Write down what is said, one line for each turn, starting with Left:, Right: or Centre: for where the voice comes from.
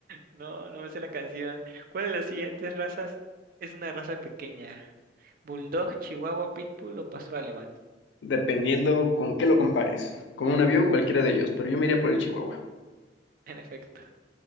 Right: No, no me sé la canción. ¿Cuál de las siguientes razas es una raza pequeña? ¿Bulldog, Chihuahua, Pitbull o Pastor Alemán?
Left: dependiendo con qué lo compares, con un avión, cualquiera de ellos, pero yo me iría por el Chihuahua.
Right: En efecto,